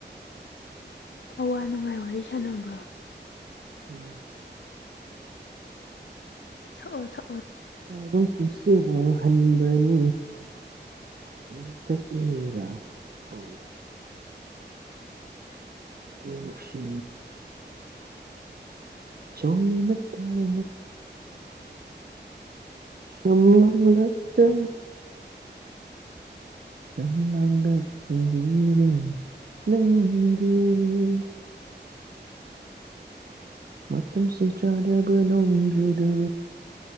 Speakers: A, on the left; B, on the right.
A: ꯑꯋꯥ ꯅꯨꯡꯉꯥꯏ ꯋꯥꯔꯤ ꯁꯥꯟꯅꯕ꯭ꯔꯣ
B: ꯎꯝ
A: ꯁ ꯁ
B: ꯕ ꯄꯨꯨꯝꯁꯤ ꯋꯥꯡꯍꯟꯕꯅꯤ ꯏꯇꯔ ꯍ ꯅ ꯁꯤ ꯆꯏꯅ ꯇꯥꯕ ꯁꯃ ꯇ ꯁꯂꯪꯂ ꯇꯔ ꯎꯝ ꯃꯝ ꯁꯆꯥꯥꯔꯕꯅꯣꯡꯖꯗꯨ